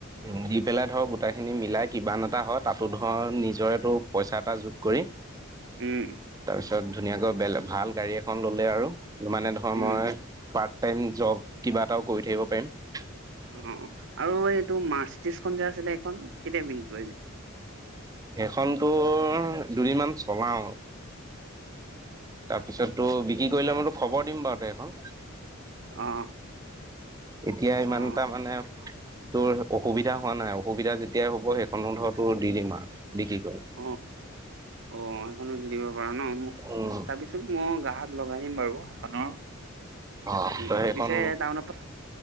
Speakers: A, on the right (about 15°); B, on the right (about 60°).
A: উম দি পেলাই ধৰক গোটাইখিনি মিলাই কিমান এটা হয় তাতো ধৰ নিজৰেটো পইচা এটা যোগ কৰি
B: উম
A: তাৰপিছত ধুনীয়াকৈ বেলেগ ভাল গাড়ী এখন ল'লে আৰু মানে ধৰ
B: উম
A: মই কাক পাৰ্ট টাইম জব কিবা এটাও কৰি থাকিব পাৰিম।
B: অ আৰু এইটো মাৰ্চ ত্ৰিশখন যে আছিলে এইখন কেতিয়া বিক্ৰী কৰিবি?
A: সেইখনতো দুদিনমান চলাওঁ। তাৰপিছতো বিক্ৰী কৰিলে মইতো খবৰ দিম বাৰু দে এখন।
B: অ
A: এতিয়া ইমানটা
B: অ
A: মানে তোৰ অসুবিধা হোৱা নাই অসুবিধা যেতিয়াই হ'ব সেইখনো ধৰ তোৰ দি দিম আৰু বিক্ৰী কৰি।
B: অ অ সেইখনো দি দিব পাৰ ন মোক
A: উম
B: চাবিচোন মই গ্ৰাহক লগ লগাই দিম বাৰু সেইখনৰ
A: অ
B: উম
A: ত সেইখন
B: পিছে টাউনৰ পৰা